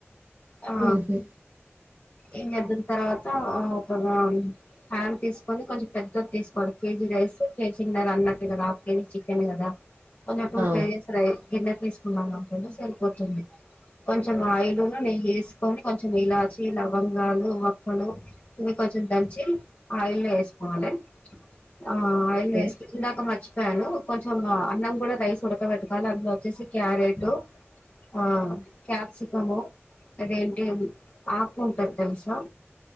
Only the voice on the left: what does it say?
ఆ
ఎంజేద్దిన్ తర్వాత అ రాన్ హ్యాన్ తీసుకొని కొంచెం పెద్దది తీసుకోడ కేజీ రైస్ కేజీన్నర అన్నట్టు కదా హాఫ్ కేజీ చికెన్ కదా కొంచం టూ
కేజీస్ రై గిన్నె తీసుకున్నామనుకుంటే సరిపోతుంది కొంచెం ఆయిలున్ను నేయ్యి ఏసుకొని కొంచెం ఇలాచి లవంగాలు వక్కలు ఇవి కొంచెం దంచి ఆయిల్ల్లో ఎసుకోవాలే ఆ అయిల్
వేస్ ఇందాక మర్చ్ చెప్పాను కొంచెం అన్నం కూడా రైస్ ఉడకబెట్టుకోవాలే అందులో వచ్చే క్యారెట్ ఆ క్యాప్సికము అదేంటి ఆకు ఉంటది తెలుసా